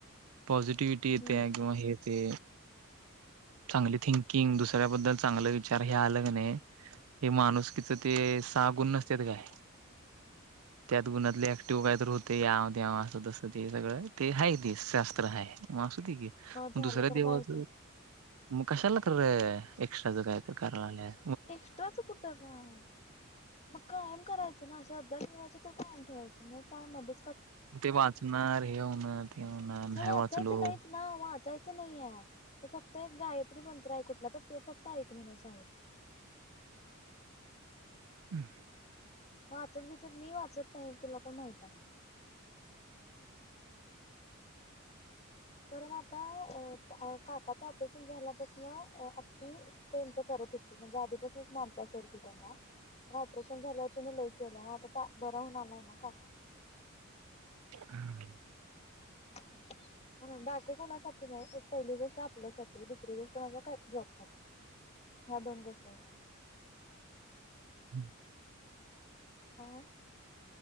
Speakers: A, on the right; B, on the left.
A: पॉझिटिव्हिटी येते
B: हम्म
A: किंवा हे ते. चांगली थिंकिंग दुसऱ्याबद्दल चांगलं विचार हे आलं क नाही हे माणुसकीच ते सहा गुण नसत्यात काय? त्यात गुणातले ऍक्टिव्ह काय तर होत, याव तेव असं तसं ते सगळं ते हाय ते शास्त्र हाय. मग असूदे की, मग
B: झालं
A: दुसऱ्या
B: तर
A: देवाचं
B: काय होते
A: मग कशाला कराय एक्स्ट्रा चा काय तर करायला लागलंय.
B: एक्स्ट्रा चं कुठं काय, मग कायम करायचं ना अशा आर्ध ठेवायचे तर कशाला ठेवायच. हे काय मध्ये.
A: ते वाचणार हे होणार. ते होणार नाही
B: वाचायचं
A: वाचलो
B: नाहीच ना वाचायचं नाही हे. तो फक्त एक गायत्री मंत्र आहे कुठला तर, तो फक्त ऐकायवला सांगितलाय.
A: हम् <inaudible>
B: वाचत बीचत मी वाचत नाही, तुला पण माहित हाय. कारण आता अ अ काकाच ऑपरेशन झाल्या पासण अ आ ती त्यांच करत होती, म्हणजे आधीपासूनच मानता सोडती त्यांना. ऑपरेशन झाल्यावर तिने लय केलं हा ता आता बरं होणार नाही ना काका.
A: हम <inaudible>
B: ह <inaudible> म्हणून बाकीे कोणासाठी नाही, एक पहिली गोष्ट आपल्यासाठी दुसरी गोष्ट माझ्या कर जॉब साठी. ह्या दोन गोष्टी साठी.
A: हम् <inaudible>
B: हा